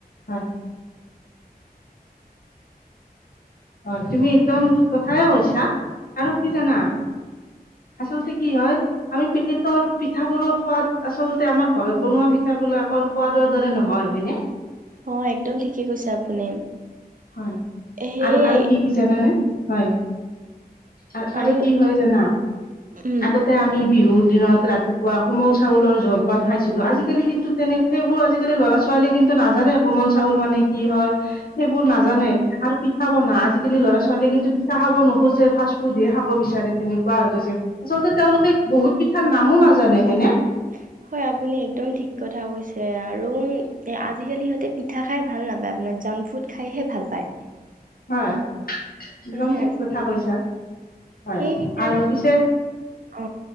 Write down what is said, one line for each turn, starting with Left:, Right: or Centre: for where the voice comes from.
Left: হয় হয় তুমি একদম ঠিক কথাই কৈছা আৰু কি জানা আচলতে কি হয় আমি পেকেটৰ পিঠাবোৰৰ সোৱাদ আচলতে আমাৰ ঘৰত বনোৱা পিঠা <inaudible> বিলাকৰ সোৱাদৰ দৰে নহয় হয়নে
Right: অ একদম ঠিকে কৈছে আপুনি
Left: হয়
Right: সেয়াই
Left: আৰু আৰু কি জানানে হয় আ-আৰু
Right: আৰু
Left: কি হয় জানা
Right: উম
Left: আগতে আমি বিহুৰ দিনত ৰাতিপুৱা কোমল চাউলৰ জলপান খাইছিলো আজিকালি কিন্তু তেনে সেইবোৰ আজিকালি ল'ৰা ছোৱাল ছোৱালী কিন্তু নাজানে কোমল চাউল মানে কি হয় সেইবোৰ না <inaudible> নাজানে আৰু পিঠা বনা আজিকালি ল'ৰা ছোৱালীয়ে কিন্তু পিঠা খাব নোখোজে ফাষ্ট ফুডহে খাব বিচাৰে তেনেকুৱা কোৱা হৈ গৈছে আচলতে তেওঁলোকে বহুত পিঠাৰ নামো নাজানে হয়নে
Right: <inaudible> হয় আপুনি একদম ঠিক কথা কৈছে আৰু এ আজিকালি সিহঁতে পিঠা খাই ভাল নাপায় আপোনাৰ জাংক ফুড খাইহে ভাল পায়
Left: হয় একদম
Right: সেই
Left: ঠিক
Right: আজি
Left: কথা কৈছা হয়
Right: সেই সেইকাৰণে
Left: আৰু পিছে
Right: অ